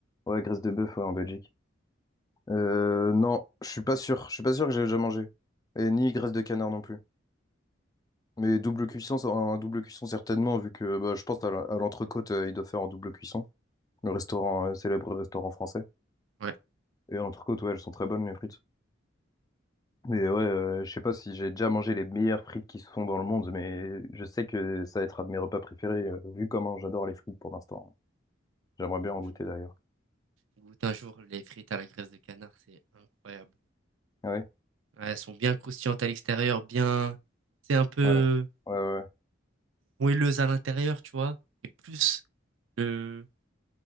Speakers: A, on the left (about 20°); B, on the right (about 85°).
A: Ouais, graisse de bœuf, ouais, en Belgique. Euh, non, je suis pas sûr. Je suis pas sûr que j'ai déjà mangé. Et ni graisse de canard non plus. Mais double cuisson, ça- un double cuisson certainement, vu que bah, je pense à la- à l'entrecôte, euh, il doit faire en double cuisson. Le restaurant, euh, célèbre restaurant français.
B: Ouais.
A: Et l'entrecôte, ouais, elles sont très bonnes, les frites. Mais ouais, euh, je sais pas si j'ai déjà mangé les meilleures frites qui se font dans le monde, mais je sais que ça va être un de mes repas préférés, euh, vu comment j'adore les frites pour l'instant. J'aimerais bien
B: Ah, Franchement,
A: en goûter d'ailleurs.
B: goûte un jour les frites à la graisse de canard, c'est incroyable.
A: Ah oui?
B: Ouais, elles sont bien croustillantes à l'extérieur, bien, c'est un peu
A: Ouais, ouais, ouais,
B: moelleuse à l'intérieur, tu vois. Et plus le,